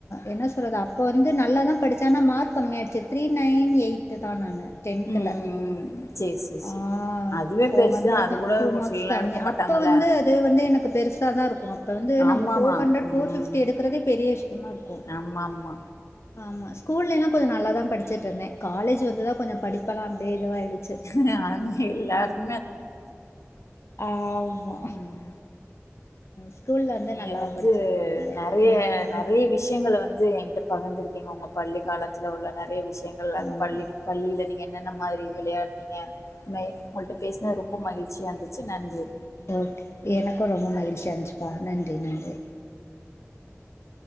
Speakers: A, on the left; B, on the left.
A: என்ன சொல்றது அப்போ வந்து நல்லா தா படிச்சே ஆனா மார்க் கம்மி ஆயிட்ச்சு த்ரீ நைன் எயிட் தா நானு டென்த்துல
B: ம் ம் சேரி சேரி
A: ஆ
B: அதுவே
A: ஃபோர்
B: பெருசுதான்.
A: ஹண்ட்ரட்
B: அது
A: தா
B: கூட
A: டூ
B: ஒரு
A: மார்க்ஸ்
B: சிலர்லாம்
A: கம்மி
B: எடுக்க மாட்டாங்கல்ல.
A: அப்போ வந்து அது வந்து எனக்கு பெருசா தாருக்கு அப்ப வந்து
B: ஆமாமா.
A: ஃபோர் ஹன்ரெட்
B: ம்.
A: ஃபோர் ஃபிப்டி எடுக்கறதே பெரிய விஷயமாருக்கு
B: ஆமாமா.
A: ஆமா ஸ்கூல்லலா கொஞ்சோ நல்லா தா படிச்சுட்டுருந்தே காலேஜ் வந்து தா கொஞ்சோ படிப்பெல்லா அப்டியே இதுவாய்டுச்சு
B: <unintelligible> எல்லாரும்
A: ஆம்மா
B: ம்.
A: ஸ்கூல்ல வந்து
B: நீங்க
A: நல்லா
B: வந்து
A: படிச்சுட்டு தா இருந்தே
B: நெறைய
A: ம்
B: நெறைய விஷயங்க வந்து ஏகிட்ட பகிர்ந்துருக்கீங்க உங்க பள்ளிக்காலத்துல உள்ள நெறைய விஷயங்கள் அது
A: ஆமா
B: பள்ளி பள்ளில நீங்க என்னென்ன மாரி விளையாடுனீங்க உங்கள்ட்ட பேசுனது ரொம்ப மகிழ்ச்சியாருந்துச்சு நன்றி
A: ஓக் எனக்கு ரொம்ப மகிழ்ச்சியாருந்துச்சிப்பா நன்றி நன்றி